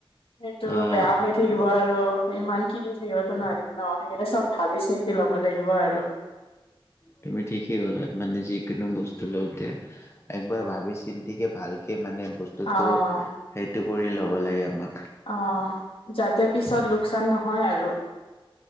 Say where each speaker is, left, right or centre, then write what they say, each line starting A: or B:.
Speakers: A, on the left (about 75°); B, on the left (about 30°).
A: সেইটো
B: উম
A: বেয়া হৈ থাকিব আৰু ইমান কিনি থাকিবতো নোৱাৰিম ন' সেইকাৰণে চব ভাবি চিন্তি ল'ব লাগিব আৰু।
B: তুমি ঠিকেই ক'লা মানে যিকোনো বস্তু লওঁতে একবাৰ ভাবি চিন্তিকে ভালকে মানে ব বস্তুটো
A: অ',
B: সেইটো কৰি ল'ব লাগে আমাক।
A: অ' যাতে পিছত লোকচান নহয় আৰু।